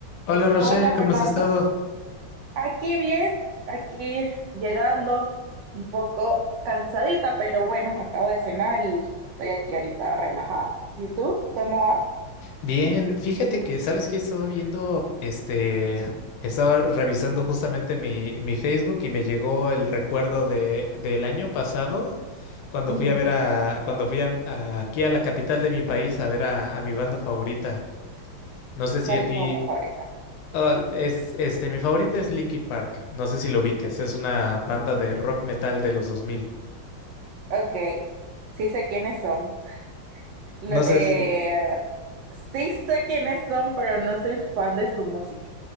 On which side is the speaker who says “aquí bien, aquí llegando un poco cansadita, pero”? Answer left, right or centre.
Right